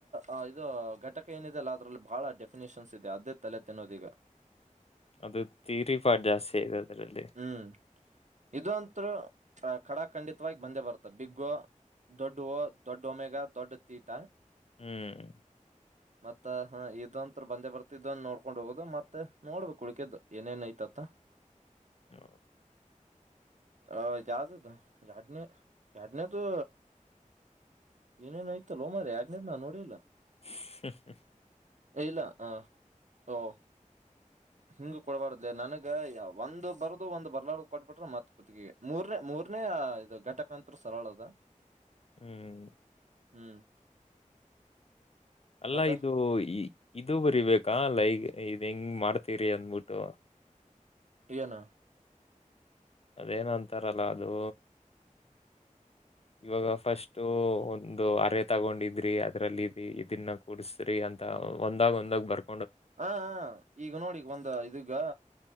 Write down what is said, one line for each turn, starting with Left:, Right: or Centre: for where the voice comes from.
Right: ಅ ಇದು ಘಟಕ ಏನಿದೆಲ್ಲ ಅದರಲ್ಲಿ ಬಹಳ ಡೆಫಿನೇಷನ್ಸ್ ಇದೆ ಅದೇ ತಲೆ ತಿನ್ನೋದ್ ಈಗ.
Left: ಅದು ತಿಯರಿ ಪಾರ್ಟ್ ಜಾಸ್ತಿ ಆದೆ ಅದರಲ್ಲಿ.
Right: ಹ್ಮ್ ಇದಂತೂ ಖಡ ಖಂಡಿತವಾಗಿ ಬಂದೇ ಬರ್ತ ಬಿಗ್ ಓ ದೊಡ್ಡ ಓ ದೊಡ್ಡ ಒಮೆಗ ದೊಡ್ಡ ತೀಟ.
Left: ಹ್ಮ್
Right: ಮತ್ತ ಹಾ ಇದೊಂತ್ರ ಬಂದೇ ಬರ್ತಿದ್ದ್ ನೋಡ್ಕೊಂಡ್ ಹೋಗೋದು ಮತ್ತೆ ನೋಡ್ಬೇಕು ಉಳಿಕದು ಏನೇನ್ ಐತಂತ. <inaudible>
Left: ಹ
Right: ಹ ಯಾವ್ದುದು ರೆಡ್ ಮಿ ರೆಡ್ ಮಿ ದೂ ಏನೇನೊ ಐತಲ್ಲ ಹೋ ಮಾರಾಯ್ ಆಗ್ನದ ನೋಡಿಲ್ಲ.
Left: ಹ
Right: ಏ ಇಲ್ಲ ಹ ಓ. ಹಿಂಗ ಕೊಡ್ಬಾರ್ದಲೇ ನನಗ ಒಂದ್ ಬರ್ದು ಒಂದ್ ಬರ್ಲಾರ್ದು ಕೊಡ್ಬಿಟ್ರ ಮತ್ ಮೂರ್ನೇ ಮೂರ್ನೇ ಇದು ಘಟಕ ಅಂತ್ರ ಸರಳದ.
Left: ಹ್ಮ್
Right: ಹ್ಮ್
Left: ಅಲ್ಲ
Right: ಮತ್ತ
Left: ಇದು ಇದು ಬರಿಬೇಕಾ ಅಲ್ಲ ಈಗ ಇದ್ ಹೆಂಗ್ ಮಾಡ್ತೀರಿ ಅಂದ್ಬಿಟ್ಟು
Right: ಇಏನು
Left: ಅದೇನ ಅಂತಾರಲ್ಲ ಅದು ಇವಾಗ ಫಸ್ಟ್ ಒಂದು ಅರೆ ತಗೊಂಡಿದ್ರಿ ಅದ್ರಲ್ಲಿ ಇದನ್ನ ಕೂಡಸ್ರಿ ಅಂತ ಒಂದಾಗ ಒಂದಾಗ ಬರ್
Right: ಹ ಈಗ ನೋಡಿಗ ಒಂದ ಇದಗ